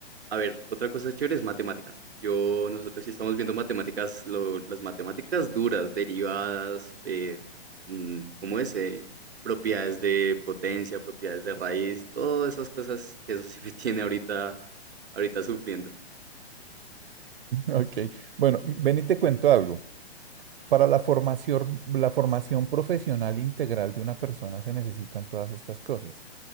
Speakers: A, on the right (about 75°); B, on the right (about 55°).
A: a ver, otra cosa chévere es matemáticas. Yo, nosotros sí estamos viendo matemáticas, lo- las matemáticas duras, derivadas, eh, mm, ¿cómo es? Eh, propiedades de potencia, propiedades de raíz, todas esas cosas que eso sí me <laughs> tiene ahorita, ahorita sufriendo.
B: Ok, bueno, ven y te cuento algo. Para la formación, la formación profesional integral de una persona se necesitan todas estas cosas.